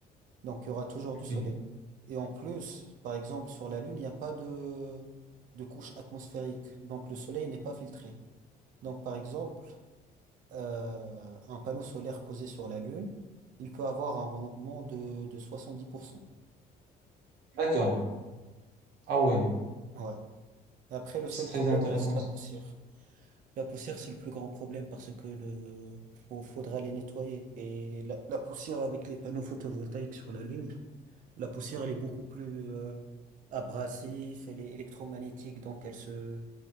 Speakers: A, on the right; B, on the right.
A: Donc, il y aura toujours du
B: Ok.
A: soleil. Et en plus, par exemple, sur la Lune, il n'y a pas de, de couche atmosphérique. Donc, le soleil n'est pas filtré. Donc, par exemple, euh, un panneau solaire posé sur la Lune, il peut avoir un rendement de, de 70%.
B: D'accord. Ah ouais.
A: Ouais. Et Après, le seul
B: C'est très
A: problème
B: intéressant.
A: reste la
B: ça.
A: poussière. La poussière, c'est le plus grand problème parce que le, faut- faudra les nettoyer. Et la, la poussière avec les panneaux photovoltaïques sur la Lune, La poussière, elle est beaucoup plus euh, abrasive, elle est électromagnétique, donc elle se,